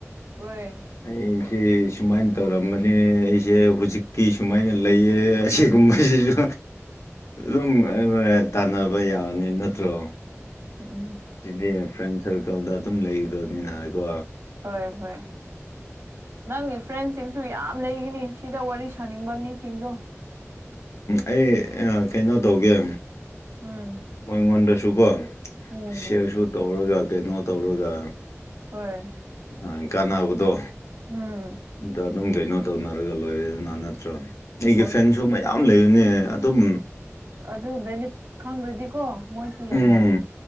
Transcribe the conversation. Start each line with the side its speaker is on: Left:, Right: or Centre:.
Right: ꯑꯣꯏꯣꯏ
Left: ꯑꯩꯁꯦ ꯁꯨꯃꯥꯏꯅ ꯇꯧꯔꯝꯕꯅꯤ ꯑꯩꯁꯦ ꯍꯧꯖꯤꯛꯀꯤ ꯁꯨꯃꯥꯏꯅ ꯂꯩꯌꯦ ꯑꯁꯤꯒꯨꯝꯕꯁꯤꯁꯨ ꯑꯗꯨꯝ ꯇꯥꯟꯅꯕ ꯌꯥꯅꯤ ꯅꯠꯇ꯭ꯔꯣ
Right: ꯎꯝ
Left: ꯁꯤꯗꯤ ꯐ꯭ꯔꯦꯟ ꯁꯔꯀꯜꯗ ꯑꯗꯨꯝ ꯂꯩꯗꯕꯅꯤꯅꯀꯣ
Right: ꯍꯣꯏ ꯍꯣꯏ ꯅꯪ ꯐ꯭ꯔꯦꯟꯁꯤꯡꯁꯨ ꯌꯥꯝ ꯂꯩꯈꯤꯅꯤ ꯁꯤꯗ ꯋꯥꯔꯤ ꯁꯥꯅꯤꯡꯕ ꯃꯤꯁꯤꯡꯗꯣ
Left: ꯑꯩ ꯀꯩꯅꯣ ꯇꯧꯒꯦ
Right: ꯎꯝ
Left: ꯃꯣꯏꯉꯣꯟꯗꯁꯨꯀꯣ
Right: ꯎꯝ
Left: ꯁꯤꯌꯔꯁꯨ ꯇꯧꯔꯒ ꯀꯩꯅꯣ ꯇꯧꯔꯒ
Right: ꯍꯣꯏ
Left: ꯑ ꯀꯥꯟꯅꯕꯗꯣ
Right: ꯎꯝ
Left: ꯏꯇ ꯑꯗꯨꯝ ꯀꯩꯅꯣ ꯇꯧꯅꯔꯒ ꯂꯣꯏꯔꯦꯗꯅ ꯅꯠꯇ꯭ꯔ ꯑꯩꯒꯤ
Right: ꯍꯣꯏ
Left: ꯐ꯭ꯔꯦꯟꯁꯨ ꯃꯌꯥꯝ ꯂꯩꯕꯅꯦ ꯑꯗꯨꯝ
Right: ꯑ ꯑꯗꯨ ꯕꯦꯅꯤꯐꯤꯠ ꯈꯪꯈ꯭ꯔꯗꯤꯀꯣ ꯃꯣꯏꯁꯨ ꯌꯥꯝ
Left: ꯎꯝ
Right: ꯂꯩ